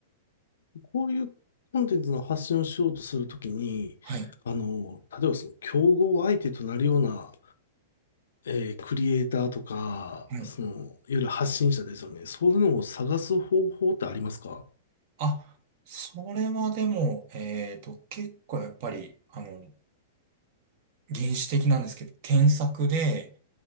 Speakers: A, on the left (about 85°); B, on the right (about 50°).
A: こういうコンテンツの発信をしようとするときに、
B: はい、
A: あの、例えばその競合相手となるようなえークリエイターとか、
B: はい。
A: その、いわゆる発信者ですよね。そういうのを探す方法ってありますか
B: あ、それはでも、えっと、結構やっぱり、あの、原始的なんですけど、検索で、